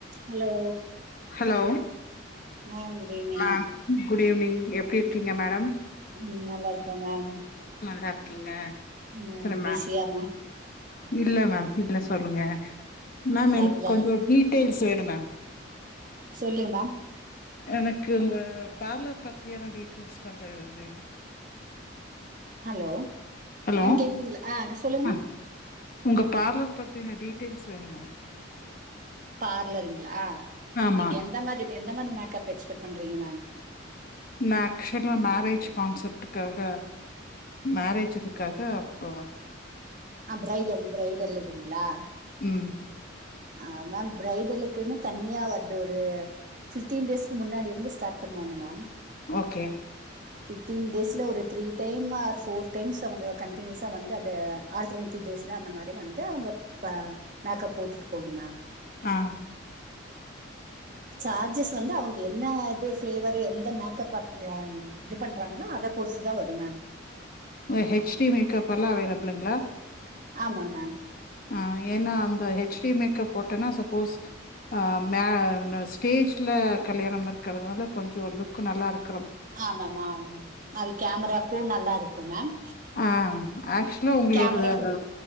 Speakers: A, on the right; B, on the left.
A: Hello
B: hello
A: ma'am good evening
B: அ good evening எப்டி இருக்கீங்க madam
A: ம் நல்லாருக்க மேம்
B: நல்லாருக்கீங்ள
A: ம்
B: சரிமா
A: பிஸியா மேம்
B: இல்ல மேம் <unintelligible> சொல்லுங்க மேம் எனக்கு
A: அதுதா
B: கொஞ்சொ வீட் டு சேடு மேம்
A: சொல்லுங்கம
B: எனக்கு உங்க பார்லர் பத்தியான டீட்டெயில்ஸ் கொஞ்சொ வேணு
A: ஹலோ
B: ஹலோ
A: மேம் கேக்குதுங்ளா அ இத சொல்லுங்கம்மா
B: அ உங்க பார்லர் பத்தின டீட்டெயில்ஸ் வேணும் மேம்
A: பார்லருங்களா
B: ஆமா
A: நீங்க எந்த மாரி எந்த மாரி மேக்கப் எக்ஸ்பெக்ட் பண்றீங்க மேம்
B: நா ஆக்சுவலா மேரேஜ் கான்செப்டுக்காக மேரேஜ் இதுக்காக போவாங்க
A: ஆ பிரைடல் ப்ரைடல் இதுங்களா
B: ம்
A: ஆ மேம் பிரரைடலுக்குன்னு தனியா வர்து ஒரு ஃபிப்டீன் டேஸ்க்கு முன்னாடி இர்ந்து ஸ்டார்ட் பண்ணுவாங்க மேம்
B: ஓகே
A: பிஃப்டீன் டேஸ்ல ஒரு three time or four times அவுங்க கண்டினியூஸா வந்து அத ஆல்டர்னேட்டிவ் டேஸ்ல அந்த மாரி வந்து அவுங்க மேக்கப் போட்டுட்டு போணு மேம்
B: ஆஹ்ன்
A: சார்ஜஸ் வந்து அவுங்க என்ன இது ஃப்ளேவர் எந்த மேக்கப் ஆர்ட் அஹ் எது பண்றாங்களோ அத பொருத்துதா வரு மேம்
B: உங்க ஹெச் டி மேக்கப் அல்லா அவைலபிள்ளுங்கலா
A: ஆமா மேம்
B: ஆஹ்ன் ஏன்னா அந்த ஹெச்டி மேக்கப் போட்டேனா சப்போஸ் ஆஹ்ன் மே இந்த ஸ்டேஜ்ல்லா கல்யாணம் இருக்கிறதுனால கொஞ்சோ லுக் நல்லா இருக்
A: ஆமாமாமா ஆமா அது கேமராக்கு நல்லா இருக்கு மேம்
B: ஆஹ் ஆக்சுலா உங்களோடது
A: கேமரா
B: அது